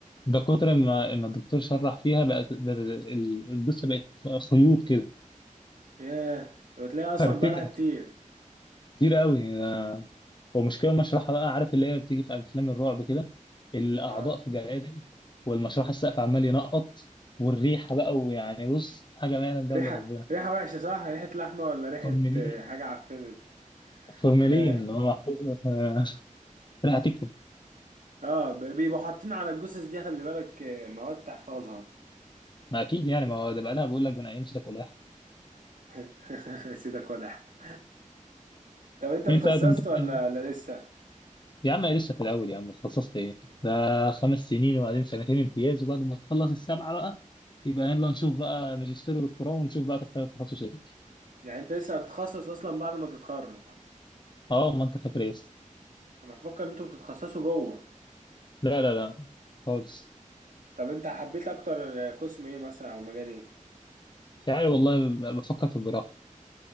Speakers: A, on the left; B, on the right.
A: ده كتر ما ما الدكتور شرح فيها بقت ده- ده- ال- الجثه بقت خيوط كده
B: ياه وتلاقي اصلا
A: فرتكه
B: بقالها كتير
A: كتير قوي هو مشكلة المشرحة بقى عارف اللي هي بتيجي في أفلام الرعب كده الأعضاء
B: اه
A: في جلادل والمشرحة السقف عمال ينقط والريحة بقى ويعني بص حاجة ما يعلم بها
B: ريحة
A: إلا ربنا
B: ريحة وحشة صح ريحة لحمة ولا ريحة
A: فورمالين
B: آه، حاجة عفنت
A: فورمالين
B: ياه
A: اللي هو محفوظة في- <laughs> ريحة تكتم
B: اه ب- بيبقوا حاطين على الجثث دي خلي بالك آه، مواد تحفظها
A: ما أكيد يعني ما هو ده بقى لها بقول لك من أيام سيدك ولاح
B: <laughs> سيدك ولع طب انت اتخصصت
A: أنت هتمتحن
B: ولا ولا لسه
A: يا عم أنا لسه في الأول يا عم اتخصصت إيه ده خمس سنين وبعدين سنتين امتياز وبعد ما تخلص السبعة بقى يبقى يلا نشوف بقى ماجستير ودكتوراه ونشوف بقى تختار التخصص إيه
B: يعني انت لسه هتتخصص اصلا بعد ما تتخرج
A: أه ما أنت فاكر إيه أصلا
B: انا بفكر ان انتوا بتتخصصوا جوه
A: لا لا لا خالص
B: طب انت حبيت اكتر قسم ايه مثلا او مجال ايه
A: مش عارف والله ب- بفكر في الجراحة